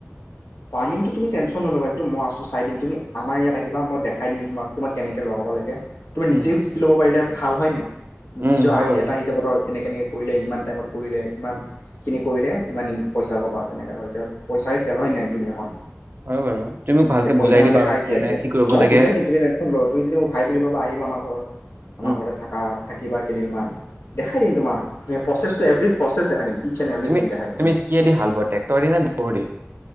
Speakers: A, on the left; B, on the right.
A: ফাৰ্মিংটো তুমি টেনচন নল'বা, সেইটো মই আছোঁ চাই দিম, তুমি আমাৰ ইয়াত আহিবা, মই দেখাই দিম তোমাক তোমাক কেনেকে লগাব লাগে। তুমি
B: উম,
A: নিজেও শিকি ল'ব পাৰিলে ভাল হয় নাই?
B: উম,
A: নিজৰ
B: হয়
A: আইডিয়া
B: বাৰু,
A: এটা আহি যাব ধৰ এনে কেনেকে কৰিলে, ইমান টাইমত কৰিলে, ইমানখিনি কৰিলে, ইমান ইন-পইচা পাবা, তেনেকে ধৰা এতিয়া, পইচাৰে খেল হয় নাই? দুুনীয়াখন।
B: হয় বাৰু। তুমি মোক ভালকে
A: এতিয়া পইচা
B: বুজাই
A: নহ'লে
B: দিবা আৰু
A: কাৰ কি
B: কেনে
A: আছে,
B: কৰিব
A: মই
B: লাগে।
A: বুজাই দিম তুমি টেনচন নল'বা, তুমি যদি মোক ভাই বুলি ভাবা আহিবা আমাৰ ঘৰত, আমাৰ
B: উম।
A: ঘৰতে থাকা। থাকিবা কেইদিনমান, দেখাই দিম তোমাক, প্ৰচেছটো এভৰি প্ৰচেছ দেখাই দিম। ইটছ এণ্ড এভৰিথিং
B: তুমি-তুমি
A: দেখাই দিম তোমাক
B: কিহেদি হাল বোৱা, টেক্টৰ দি নে গ'ৰু দি?।